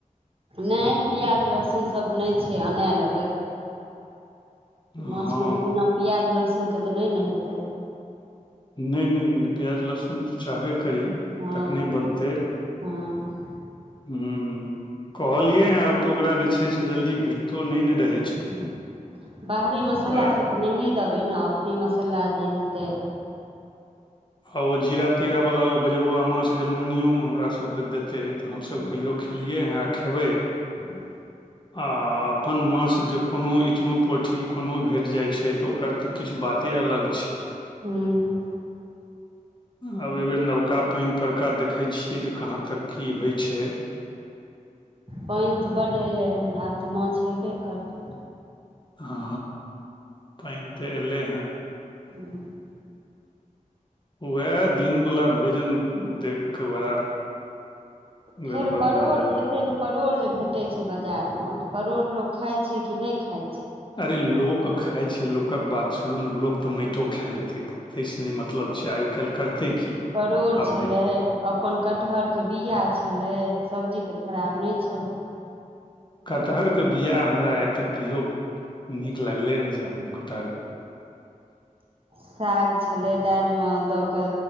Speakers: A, on the right (about 40°); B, on the left (about 35°).
A: नहि प्याज लहसुन सभ नहि छै अनाए लेबै
B: हँ
A: माछमे तऽ बिना प्याज लहसुनके तऽ नहि ने हेतै
B: नहि नहि प्याज लहसुन तऽ चाहबे करी
A: हँ
B: तखने बनतै
A: हँ
B: हं हं कहलियै हे आब तऽ ओकरा जे छै से जल्दी भेटतो नहि न रहै छै
A: हं बाहरी मसाला
B: आ
A: सभ त नहिए देबै ने अपने मसाला जे हेतै
B: आ ओ जीरा तीरावला ओ बजरुआ माछ जे मङ्गनिओमे हमरासकेँ देतै तऽ हमसभ
A: हूँ
B: कहियो खेबै खेलियै हँ खेबै
A: <unintelligible>
B: आ आ अपन माछ जे कोनो इचनो पोठी कोनो भेट जाय छै तऽ एकर त किछु बाते अलग छै
A: हूँ
B: आब एहिबेर नबका पानि परका देखै छियै जे कहाँ तक की होय छै
A: पानि तऽ बड एलै हन आब तऽ माछ हेबे करतै
B: हँ पानि तऽ एलै हेँ
A: हूँ
B: उएह दिन वाला भोजन देखि कऽ बड़ा
A: फेर
B: गड़बड़
A: परोर
B: बुझायल
A: ते जे परोड़ जे भेटै छै बजार म तऽ परोड़ लोक खाय छै कि नहि खाय छै
B: अरे लोक खाय छै लोकक बात छोड़ु ने लोक त माइटो खाए लेतै तहिसँ नै मतलब छै आय काल्हि करतै की
A: परोड़
B: आ
A: छलै
B: भेट
A: अपन कटहर के बीया छलै सब्जी तऽ खराब नहि छलै
B: कटहर के बीया हमरा आय तक कहियो नीक लगलै हेँ जे हम कटहर
A: साग छलै दालि मे दऽ के